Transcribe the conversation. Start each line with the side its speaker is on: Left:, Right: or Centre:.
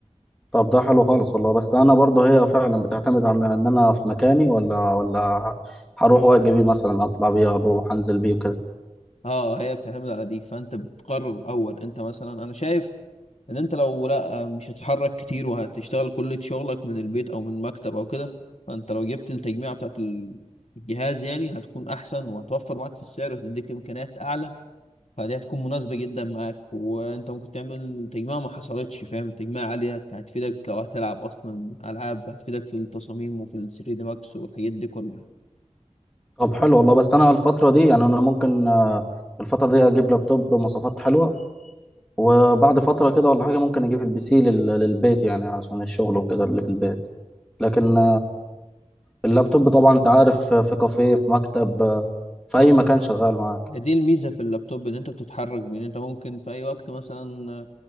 Centre: طب ده حلو خالص والله بس انا برضه هي فعلا بتعتمد على ان انا في مكاني ولا ولا هروح واجي بيه مثلا اطلع بيه اروح انزل بيه وكده
Left: اه هي بتعتمد على دي فانت بتقرر اول انت مثلا انا شايف ان انت لو لا آه، مش هتتحرك كتير وهتشتغل كل شغلك من البيت او من مكتب او كده فانت لو جبت التجميع بتاعت الجهاز يعني هتكون احسن وهتوفر معاك في السعر وهتديك امكانيات اعلى فدي هتكون مناسبة جدا معاك وانت ممكن تعمل تجميع ما حصلتش فاهم تجميع عالية هتفيدك لو هتلعب اصلا العاب هتفيدك في التصاميم وفي ال 3 دي ماكس والحاجات دي كلها
Centre: طب حلو والله بس انا الفترة دي يعني انا ممكن آه، الفترة دي اجيب لابتوب بمواصفات حلوة وبعد فترة كده ولا حاجة ممكن اجيب البي سي لل- للبيت يعني عشان الشغل وكده اللي في البيت لكن اللابتوب طبعا انت عارف في كافيه في مكتب في
Left: ما
Centre: اي مكان شغال معاك
Left: هي دي الميزة في اللابتوب ان انت بتتحرك بان انت ممكن في اي وقت مثلا